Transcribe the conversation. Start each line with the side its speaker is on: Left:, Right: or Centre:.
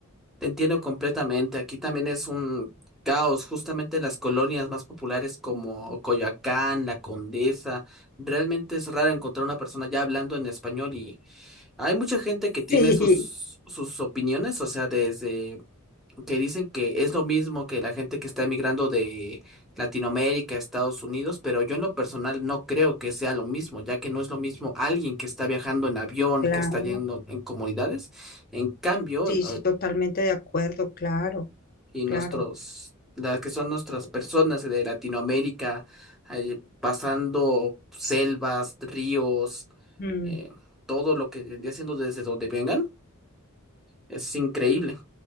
Centre: Te entiendo completamente. Aquí también es un caos, justamente en las colonias más populares como Coyoacán, La Condesa. Realmente es raro encontrar una persona ya hablando en español y hay mucha gente que tiene
Left: Sí,
Centre: sus sus opiniones, o sea, desde que dicen que es lo mismo que la gente que está emigrando de Latinoamérica a Estados Unidos, pero yo en lo personal no creo que sea lo mismo, ya que no es lo mismo alguien que está viajando en avión,
Left: Claro,
Centre: que está yendo en comunidades. En cambio,
Left: sí,
Centre: eh,
Left: sí, totalmente de acuerdo, claro,
Centre: y nuestros,
Left: claro.
Centre: las que son nuestras personas de Latinoamérica, eh, pasando selvas, ríos,
Left: Mm,
Centre: eh, todo lo que vendría siendo desde donde vengan, es increíble.